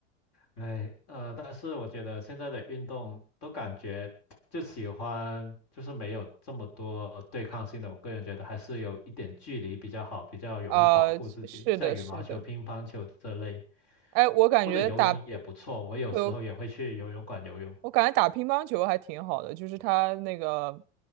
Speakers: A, on the left; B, on the right.
A: 哎，呃，但是我觉得现在的运动都感觉就喜欢，就是没有这么多对抗性的。我个人觉得还是有一点距离比较好，比较容易保护自己，
B: 呃，是的，
A: 像羽毛球、
B: 是的。
A: 乒乓球这类。
B: 哎，我感觉打
A: 或者游泳也不错，我有时候也会去游泳馆游泳。
B: 球，我感觉打乒乓球还挺好的，就是它那个